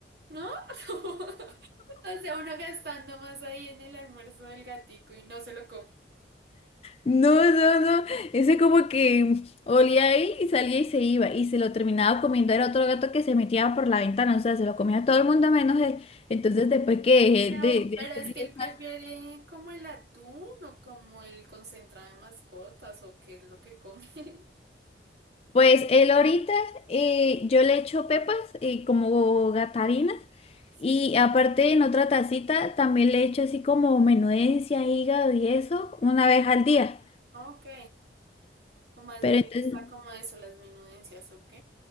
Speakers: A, on the right; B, on the left.
A: ¿No? <laughs> O sea, uno gastando más ahí en el almuerzo del gatico y no se lo come.
B: No, no, no, ese como que olía ahí y salía y se iba y se lo terminaba comiendo, era otro gato que se metía por la ventana, o sea, se lo comía todo el mundo menos él. Entonces después que
A: Pero,
B: dejé de,
A: pero
B: de hacerle
A: es que él
B: esas,
A: prefiere como el atún o como el concentrado de mascotas o qué es lo que come. <laughs>
B: pues él ahorita eh, yo le echo pepas eh, como
A: Ujú,
B: gatarinas
A: Sí.
B: y aparte en otra tacita también le echo así como menudencia, hígado y eso una vez al día.
A: Ah, Ok. O más
B: Pero
A: bien
B: entonces...
A: le gusta como eso, las menudencias. Ok.